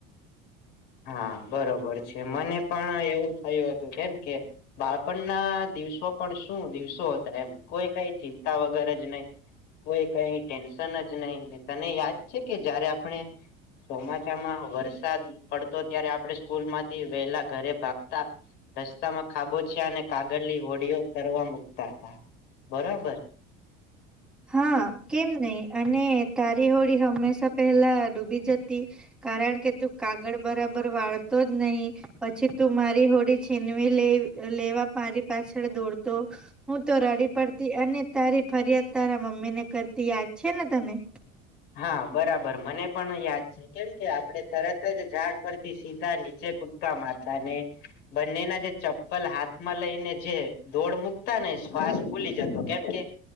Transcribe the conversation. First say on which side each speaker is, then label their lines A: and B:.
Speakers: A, on the left (about 55°); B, in the centre.
A: હા બરોબર છે મને પણ એવું થયું હતું કેમ કે બાળપણ ના દિવસો- પણ શું દિવસો હતા એમ કોઈ કઈ ચિંતા વગર જ નહી- કોઈ કઈ ટેન્શન જ નહીંને તને યાદ છે કે જયારે આપણે- ચોમાસામાં વરસાદ પડતો ત્યારે આપડણે સ્કૂલ માંથી વહેલા ઘરે ભાગતા- રસ્તામાં ખાબોછિયા અને કાગળની હોડીઓ તરવા મુકતા હતા બરાબર-
B: હા કેમ નહી અને તારી હોળી હંમેશા પહેલા ડૂબી જતી- તી કારણ કે તું કાગળ બરાબર વાળતો જ નહી પછી તું મારી હોડી છીનવી લે લેવા મારી પાછળ દોડતો હું તો રડી પડતી અને- તારી ફરિયાદ તારા મમ્મી ને કરતી યાદ છે ને તને-
A: હા બરાબર મને પણ યાદ છે. કેમ કે, આપણે તરત જ ઝાડ પરથી સીધા નીચે કુદકા મારતા ને બંનેના જે ચપ્પલ હાથમાં લઈને, જે દોડ મુકતા ને શ્વાસ ભૂલી જતો. કેમ કે